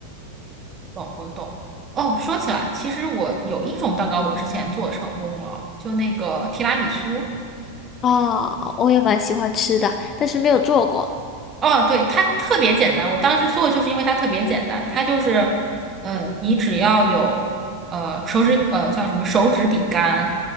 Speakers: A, on the right; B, on the left.
A: 懂我懂。哦，说起来，其实我有一种蛋糕我之前做成功了，就那个提拉米苏。
B: 啊，我也蛮喜欢吃的，但是没有做过。
A: 哦，对，它特别简单。我当时做就是因为它特别简单，它就是，呃，你只要有呃手指呃叫什么手指饼干，